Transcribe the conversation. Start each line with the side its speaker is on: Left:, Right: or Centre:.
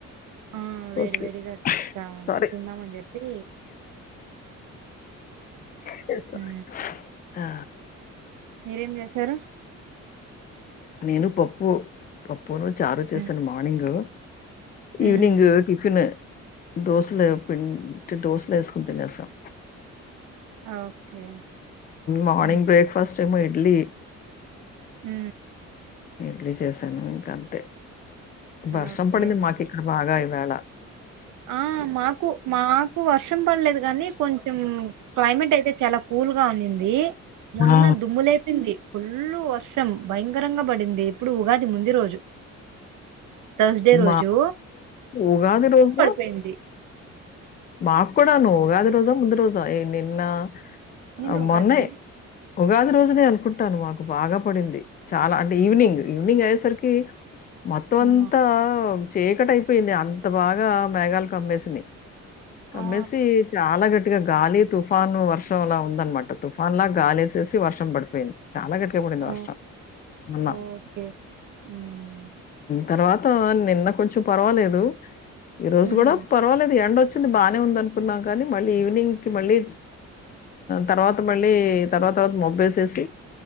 Right: ఆ వేడి
Left: ఓకే
Right: వేడిగా ఆ,
Left: సరే
Right: తిందామని చెప్పి
Left: సరే స
Right: మ్మ్
Left: ఆ
Right: మీరేం చేసారు
Left: నేను పప్పు ప పూను చారు చేసిన
Right: మ్మ్
Left: మార్నింగ్
Right: మ్మ్
Left: ఈవనింగ్ టిఫిన్ దోసలు పిండి దోసలేసుకుని తినేసాం
Right: ఓకే
Left: మార్నింగ్
Right: మ్మ్
Left: బ్రేక్ఫాస్ట్ మ ఇడ్లీ
Right: ఉ
Left: ఇడ్లీ చేశాను ఇంకా అంతే వర్షం
Right: ఓకే
Left: పడింది మాకి ఇక్కడ బాగా వేళ
Right: ఆ మాకు మాకు వర్షం పడలేదు గానీ కొంచెం క్లైమేట్ అయితే చాలా కూల్ గా ఉన్నింది మొన్న
Left: ఆ!
Right: దుమ్ములేపింది ఫుల్లు వర్షం భయంకరంగా పడింది ఇప్పుడు ఉగాది ముందు రోజు థర్స్డే రోజు
Left: మా ఉగాది రోజు
Right: పెంది
Left: మాకు కూడాను ఉగాది రోజా ముందు రోజా నిన్న
Right: నిను
Left: ఆహ్,
Right: ఉగాది
Left: మొన్నే ఉగాది రోజునే అనుకుంటాను మాకు బాగా పడింది చాలా అంటే ఈవినింగ్
Right: ఓ
Left: ఈవినింగ్ అయ్యే సరికి ఏ మొత్తమంతా
Right: ఆ
Left: చీకటయిపోయింది అంత బాగా మేఘాలు కమ్మేసినయి కమ్మేసి
Right: ఆ
Left: చాలా గట్టి ట్టిగా గాలి తుఫాను వర్షంలా ఉందనమాట తుఫాను లా గాలేసేసి వర్షం పడిపోయింది చాలా గట్టిగా పడింది
Right: ఓ
Left: వర్షం మన్న
Right: ఓకే మ్మ్
Left: తర్వాత నిన్న కొంచం పర్వాలేదు ఈ రోజు
Right: మ్మ్
Left: కూడా పర్వాలేదు ఎండ వచ్చ బాగానే ఉంది అనుకున్నా కానీ మళ్ళీ ఈవినింగ్ కి మళ్ళీ తర్వాత మళ్ళీ తర్వాత తర్వాత మొబ్బేసేసి